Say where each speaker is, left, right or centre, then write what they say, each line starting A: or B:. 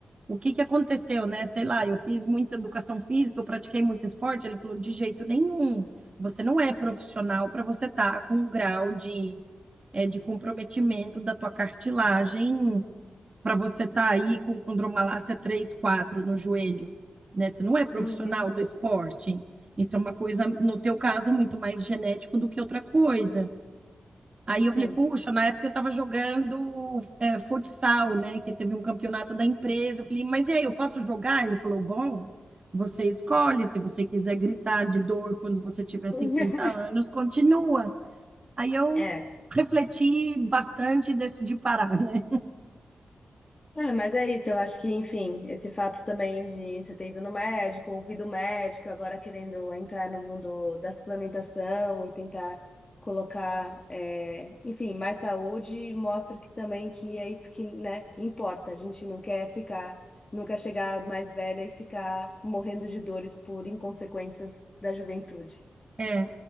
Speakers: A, on the right; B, on the left.
A: o que que aconteceu, né? Sei lá, eu fiz muita educação física, eu pratiquei muito esporte. Ele falou, de jeito nenhum. Você não é profissional para você estar com um grau de, é, de comprometimento da tua cartilagem, para você estar aí com condromalácia 3 4 no joelho, né? Você não é profissional
B: Uhum,
A: do esporte. Isso é uma coisa, no teu caso, é muito mais genético do que outra coisa. Aí
B: sim.
A: eu falei, puxa, na época eu estava jogando é, futsal, né? Que teve um campeonato da empresa. Eu falei, mas e aí, eu posso jogar? Ele falou, bom, você escolhe. Se você quiser gritar de dor quando você tiver 50
B: <laughs>
A: anos, continua. Aí eu
B: É.
A: refleti bastante e decidi parar, <laughs> né?
B: É, mas é isso, eu acho que, enfim, esse fato também de você ter ido no médico, ouvido o médico, agora querendo entrar no mundo da suplementação e tentar colocar, é, enfim, mais saúde, mostra que também que é isso que, né, importa. A gente não quer ficar, não quer chegar mais velha e ficar morrendo de dores por inconsequências da juventude.
A: É.